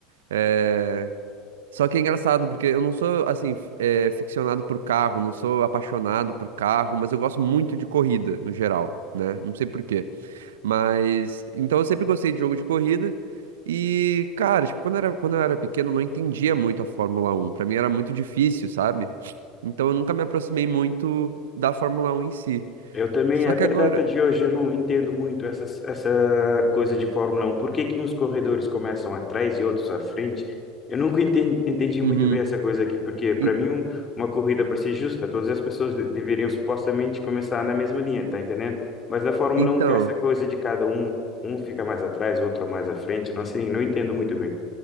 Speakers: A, on the right (about 70°); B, on the left (about 25°).
A: É... Só que é engraçado, porque eu não sou, assim, f- é, ficcionado por carro, não sou apaixonado por carro, mas eu gosto muito de corrida, no geral, né? Não sei por quê. Mas. Então eu sempre gostei de jogo de corrida. E, cara, tipo, quando eu era, quando eu era pequeno, eu não entendia muito a Fórmula Um. Pra mim era muito difícil, sabe? Então eu nunca me aproximei muito da Fórmula Um em si.
B: Eu também,
A: Só
B: até
A: que agora.
B: a data de hoje, eu não entendo muito essa, essa coisa de Fórmula Um. Por que que uns corredores começam atrás e outros à frente? Eu nunca enten- entendi, muito
A: Uhum.
B: bem essa coisa aqui, porque para
A: E-
B: mim um- uma corrida para ser justa, todas as pessoas de- deveriam supostamente começar na mesma linha, tá entendendo? Mas na Fórmula
A: Então.
B: Um tem essa coisa de cada um, um fica mais atrás, outro mais à frente, não sei, não entendo muito bem.